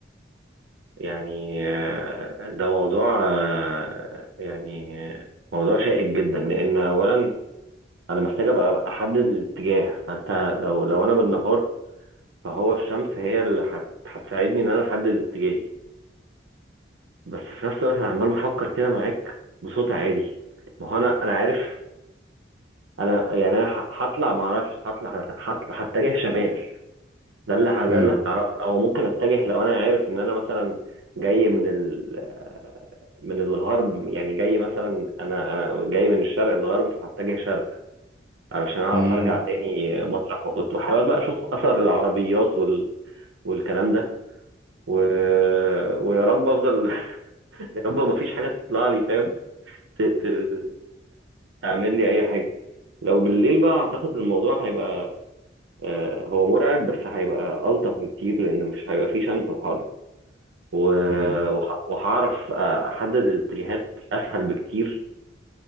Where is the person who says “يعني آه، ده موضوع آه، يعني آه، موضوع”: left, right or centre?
Right